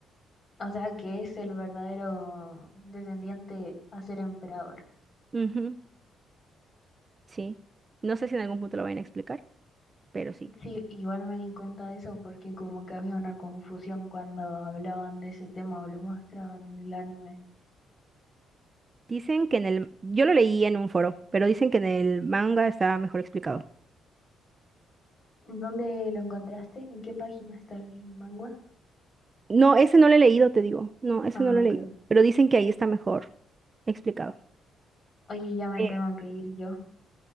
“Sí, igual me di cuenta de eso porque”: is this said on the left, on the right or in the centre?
Left